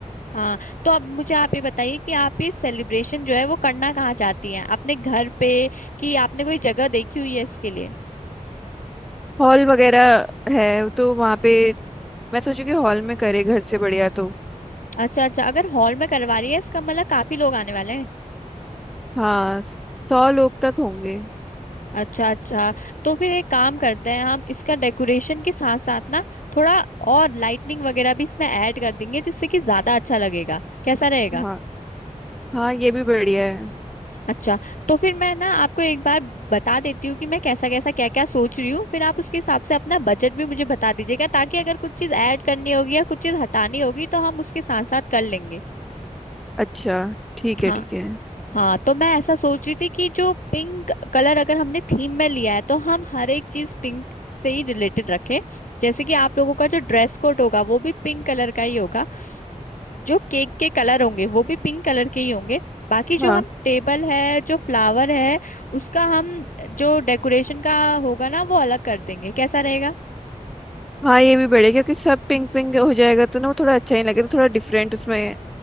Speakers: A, on the left; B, in the centre.
A: हाँ तो अब मुझे आप ये बताइए कि आप ये सेलिब्रेशन जो है वो करना कहाँ चाहती हैं अपने घर पे कि आपने कोई जगह देखी हुई है इसके लिए
B: हॉल वगैरह है तो वहाँ पे मैं सोचू कि हॉल में करे घर से बढ़िया तो
A: अच्छा अच्छा अगर हॉल में करवा रही है इसका मतलब काफी लोग आने वाले हैं
B: हाँ सौ लोग तक होंगे
A: अच्छा अच्छा तो फिर एक काम करते हैं हम इसका डेकोरेशन के साथ साथ ना थोड़ा और लाइटनिंग वगैरह भी इसमें ऐड कर देंगे जिससे कि ज्यादा अच्छा लगेगा कैसा रहेगा
B: हाँ हाँ ये भी बढ़िया है
A: अच्छा तो फिर मैं ना आपको एक बार बता देती हूँ कि मैं कैसा कैसा क्या क्या सोच रही हूँ फिर आप उसके हिसाब से अपना बजट भी मुझे बता दीजिएगा ताकि अगर कुछ चीज ऐड करनी होगी या कुछ चीज हटानी होगी तो हम उसके साथ साथ कर लेंगे
B: अच्छा ठीक
A: हाँ
B: है ठीक है
A: हाँ तो मैं ऐसा सोच रही थी कि जो पिंक कलर अगर हमने थीम में लिया है तो हम हर एक चीज पिंक से ही रिलेटेड रखें जैसे कि आप लोगों का जो ड्रेस कोड होगा वो भी पिंक कलर का ही होगा जो केक के कलर होंगे वो भी पिंक कलर के ही होंगे बाकी जो
B: हाँ
A: हम टेबल है जो फ्लावर है उसका हम जो डेकोरेशन का होगा ना वो अलग कर देंगे कैसा रहेगा
B: हाँ ये भी बढ़िया क्योंकि सब पिंक पिंक हो जाएगा तो ना वो थोड़ा अच्छा ही लगेगा थोड़ा डिफरेंट उसमें